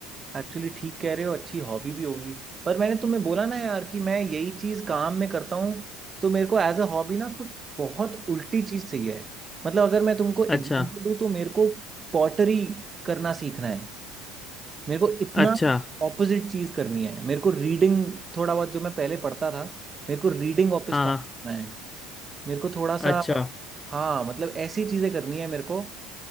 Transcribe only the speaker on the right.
एक्चुअली ठीक कह रहे हो अच्छी हॉबी भी होगी पर मैंने तुम्हें बोला ना यार कि मैं यही चीज काम में करता हूँ तो मेरे को एज अ हॉबी ना कुछ बहुत उल्टी चीज चाहिए है मतलब अगर मैं तुमको एग्जांपल
दूँ तो मेरे को पॉटरी करना सीखना है मेरे को इतना
ऑपोजिट चीज करनी है मेरे को रीडिंग थोड़ा बहुत जो मैं पहले पढ़ता था मेरे को रीडिंग वापस
स्टार्ट करना है मेरे को थोड़ा सा
हाँ मतलब ऐसी चीजें करनी है मेरे को